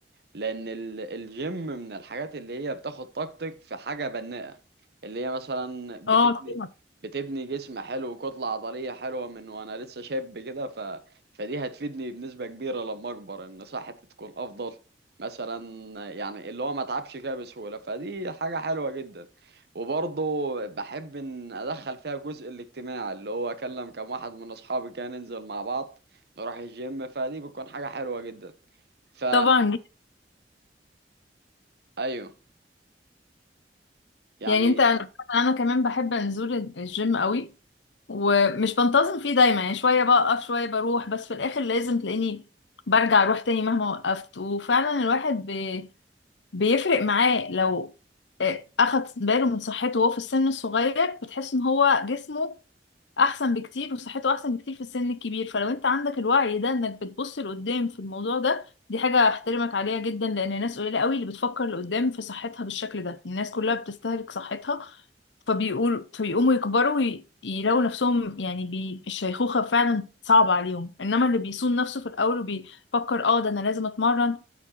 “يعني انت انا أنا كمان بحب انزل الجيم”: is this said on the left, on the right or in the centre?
Left